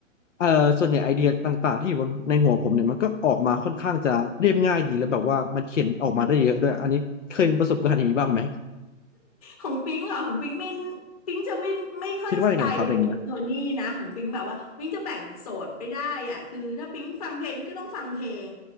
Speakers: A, on the left (about 65°); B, on the left (about 30°).
A: เออส่วนใหญ่ไอเดียต่างๆที่อยู่บนในหัวผมเนี่ยมันก็ออกมาค่อนข้างจะเรียบง่ายดีแล้วแบบว่ามันเขียนออกมาได้เยอะด้วยอันนี้เคยมีประสบการณ์อย่างนี้บ้างไหม
B: ของปิงเหรอ่ะของปิงไม่ปิงจะไม่ไม่ค่อยสไตล์เดียวกับคุณโทนี่นะของปิงแบบว่าปิงจะแบ่งโสดไม่ได้อ่ะคือถ้าปิงฟังเพลงปิงก็ต้องฟังเพลง
A: คิดว่ายังไงครับอย่างเงี้ย